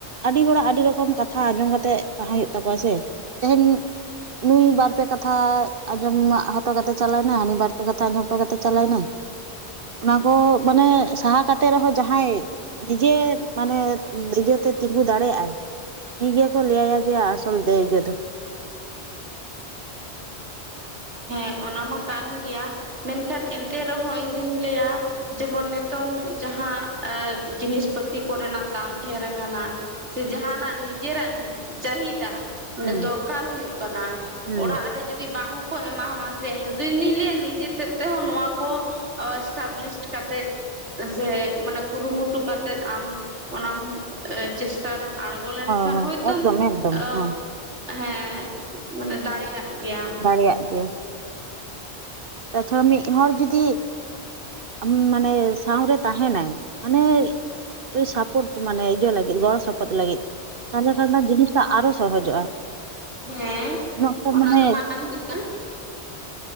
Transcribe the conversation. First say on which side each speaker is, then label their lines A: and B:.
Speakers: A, on the right; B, on the right.
A: ᱟᱹᱰᱤ ᱦᱚᱲᱟᱜ ᱟᱹᱰᱤ ᱨᱚᱠᱚᱢ ᱠᱟᱛᱷᱟ ᱟᱸᱡᱚᱢ ᱠᱟᱛᱮᱜ ᱛᱟᱦᱮᱸ ᱦᱩᱭᱩᱜ ᱛᱟᱠᱚᱣᱟ ᱥᱮ ᱛᱮᱦᱮᱧ ᱱᱩᱭ ᱵᱟᱨ ᱯᱮ ᱠᱟᱛᱷᱟ ᱟᱸᱡᱚᱢᱟᱜ ᱦᱚᱴᱚ ᱠᱟᱛᱮ ᱪᱟᱞᱟᱣ ᱮᱱᱟ ᱦᱟᱹᱱᱤ ᱵᱟᱨ ᱯᱮ ᱠᱟᱛᱷᱟ ᱟᱸᱡᱚᱢ ᱦᱚᱴᱚ ᱠᱟᱛᱮ ᱪᱟᱞᱟᱭᱱᱟᱭ ᱾ ᱚᱱᱟ ᱠᱚ ᱢᱟᱱᱮ ᱥᱟᱦᱟ ᱠᱟᱛᱮ ᱨᱮᱦᱚᱸ ᱡᱟᱦᱟᱸᱭ ᱱᱤᱡᱮ ᱢᱟᱱᱮ ᱱᱤᱡᱚ ᱛᱮ ᱛᱤᱸᱜᱩ ᱫᱟᱲᱮᱭᱟᱜᱼᱟᱭ ᱾ ᱩᱱᱤ ᱜᱮᱠᱚ ᱞᱮᱭᱟ ᱡᱮ ᱟᱥᱚᱞ ᱫᱮᱡᱚᱫᱚ ᱾
B: ᱦᱮᱸ ᱚᱱᱟ ᱢᱟ ᱠᱟᱱ ᱜᱮᱭᱟ ᱢᱮᱱᱠᱷᱟᱱ ᱮᱱᱛᱮ ᱨᱮᱦᱚᱸ ᱤᱧᱫᱩᱧ ᱞᱟᱹᱭᱟᱼᱼ ᱡᱮᱢᱚᱱ ᱱᱤᱛᱚᱝ ᱡᱟᱦᱟᱸ ᱮ ᱡᱤᱱᱤᱥ ᱯᱟᱹᱛᱤ ᱠᱚᱨᱮᱱᱟᱜ ᱫᱟᱢ ᱰᱷᱮᱨ ᱟᱠᱟᱱᱟ ᱥᱮ ᱡᱟᱦᱱᱟᱜ ᱱᱤᱡᱮᱨᱟᱜ ᱪᱟᱦᱤᱫᱟ ᱢᱟᱱᱮ
A: ᱦᱩᱸ
B: ᱫᱚᱨᱠᱟᱨ ᱦᱩᱭᱩᱜ ᱠᱟᱱᱟ
A: ᱦᱩᱸ
B: ᱚᱲᱟᱜ ᱨᱮ ᱡᱩᱫᱤ ᱵᱟᱝᱼᱼ ᱠᱚ ᱮᱢᱟᱦᱟᱢᱟ ᱥᱮ ᱫᱤᱧ ᱫᱩᱧ ᱞᱟᱹᱭᱟ ᱱᱤᱡᱮ ᱛᱮᱫ ᱛᱮᱦᱚᱸ ᱱᱚᱣᱟ ᱠᱚᱼᱼ ᱮᱥᱴᱟᱵᱞᱤᱥᱴ ᱠᱟᱛᱮᱫ ᱥᱮ ᱢᱟᱱᱮ ᱠᱩᱨᱩᱢᱩᱴᱩ ᱠᱟᱛᱮᱜ ᱟᱢ ᱚᱱᱟᱢ ᱪᱮᱥᱴᱟ ᱨᱮᱢ ᱟᱲ ᱜᱚ ᱞᱮᱱᱠᱷᱟᱱ
A: ᱦᱚᱸ ᱦᱚᱸ
B: ᱦᱳᱭᱛᱳᱢ
A: ᱮᱠᱫᱚᱢ ᱮᱠᱫᱚᱢ
B: ᱚ
A: ᱦᱮᱸ
B: ᱦᱮᱸ ᱢᱟᱱᱮ ᱫᱟᱲᱮᱭᱟᱜ ᱜᱮᱭᱟᱢ
A: ᱫᱟᱲᱮᱭᱟᱜ ᱜᱮᱭᱟ ᱾ ᱠᱟᱛᱷᱟ ᱢᱤᱫ ᱦᱚᱲ ᱡᱩᱫᱤ ᱟᱢ ᱢᱟᱱᱮ ᱥᱟᱶᱨᱮ ᱛᱟᱦᱮᱱᱟᱭ ᱢᱟᱱᱮ ᱚᱭ ᱥᱟᱯᱚᱴ ᱢᱟᱱᱮ ᱤᱭᱟᱹ ᱞᱟᱹᱜᱤᱫ ᱜᱚᱲᱚ ᱥᱚᱯᱚᱦᱚᱫ ᱞᱟᱹᱜᱤᱫ ᱛᱟᱦᱞᱮ ᱠᱷᱟᱱ ᱫᱚ ᱡᱤᱱᱤᱥ ᱴᱟᱜ ᱟᱨᱦᱚᱸ ᱥᱚᱦᱚᱡᱚᱜᱼᱟ᱾
B: ᱦᱮᱸ
A: ᱩᱱᱟᱹᱜᱴᱟ
B: ᱚᱱᱟ
A: ᱢᱟᱱᱮ
B: ᱫᱚ
A: ᱦᱮᱸ
B: ᱠᱟᱱ ᱜᱮᱭᱟ ᱾